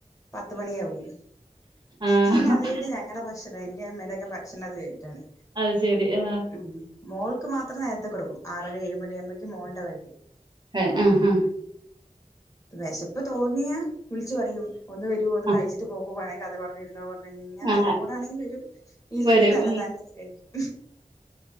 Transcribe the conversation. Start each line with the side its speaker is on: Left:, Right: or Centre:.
Left: പത്ത് മണിയാവും
Right: ആഹ്
Left: പിന്നെ അത് കഴിഞ്ഞിട്ട് ഞങ്ങടെ ബക്ഷണം എന്റെ അമ്മേയുടെക്കെ ബക്ഷണം അത്കഴിഞ്ഞിട്ടാണ്
Right: അത് ശെരി ആഹ്
Left: ഉം മോൾക്ക് മാത്രം നേരത്തെ കൊട്ക്കും ആറരാ ഏഴ് മണി ആമ്പഴേക്കും മോള്ടെ <unintelligible>
Right: കൊടുക്കാൻ ആഹ്
Left: വെശപ്പ് തോന്നിയാ വിളിച്ച് പറയും ഒന്ന് വെരുവോ ഒന്ന്
Right: ആഹ്
Left: കഴിച്ചിട്ട് പോകോ വേണെങ്കി കഥ പറഞ്ഞിര്ന്നോ പറ നല്ല
Right: ആഹ്
Left: മൂടാണെങ്കി വരും ഇല്ലെങ്കി
Right: വരും.
Left: തന്നത്താനെ
Right: ഉം
Left: എട്ത്ത് കഴിക്കും